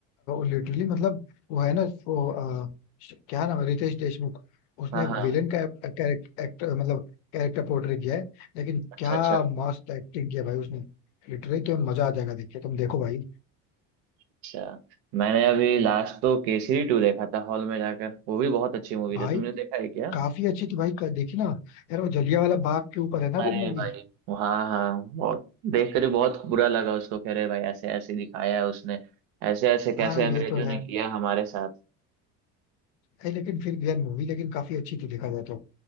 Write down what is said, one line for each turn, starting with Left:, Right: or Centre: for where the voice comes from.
Left: लिटरली मतलब वो है ना वो अ, श- क्या नाम है रितेश देशमुख उसने
Right: हाँ हाँ
Left: विलेन का कैरेक्टर मतलब कैरेक्टर पोर्ट्रे किया है लेकिन
Right: अच्छा
Left: क्या
Right: अच्छा
Left: मस्त एक्टिंग किया भाई उसने लिटरली तो मजा आ जाएगा देखिए तुम देखो भाई
Right: अच्छा मैंने अभी लास्ट तो केसरी टू देखा था हॉल में जाकर वो भी बहुत अच्छी मूवी
Left: भाई
Right: थी तुमने देखा है क्या
Left: काफी अच्छी थी भाई क- देखी ना यार वो जलिया वाला बाग के ऊपर है ना
Right: अरे
Left: वो मूवी
Right: भाई हाँ हाँ बहुत देख कर ही बहुत बुरा लगा उसको कह रहे भाई ऐसे ऐसे दिखाया है उसने ऐसे ऐसे कैसे
Left: हाँ ये
Right: अंग्रेजों
Left: तो
Right: ने
Left: है
Right: किया हमारे साथ
Left: नहीं लेकिन फिर भी यार मूवी लेकिन काफी अच्छी थी देखा जाए तो